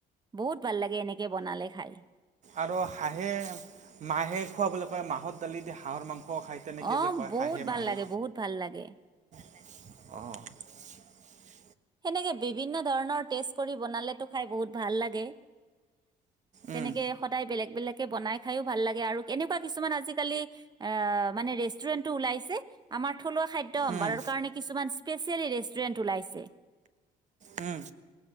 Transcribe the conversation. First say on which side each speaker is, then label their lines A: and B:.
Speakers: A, on the right; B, on the right.
A: বহুত ভাল লাগে এনেকে বনালে খাই।
B: আৰু হাঁহে মাহে খোৱা বুলি কয়, মাহত দালি দি হাঁহৰ মাংস। খায় তেনেকৈ
A: অ
B: যে কয়
A: বহুত
B: হাঁহে
A: ভাল
B: মাহে।
A: লাগে বহুত ভাল লাগে।
B: <inaudible>
A: সেনেকে বিভিন্ন ধৰণৰ টেষ্ট কৰি বনালেতো খাই বহুত ভাল লাগে।
B: উম
A: তেনেকে সদায় বেলেগ বেলেগকে বনাই খাইও ভাল লাগে আৰু কেনেক এনেকোৱা কিছুমান কালি আজি ৰেষ্টুৰেণ্টও ওলাইছে আমাৰ থুলোৱা খাদ্য সম্ভাৰৰ
B: উম
A: কাৰনে কিছুমান স্পেচিয়েলি ৰেষ্টুৰেণ্ট ওলাইছে।
B: উম'।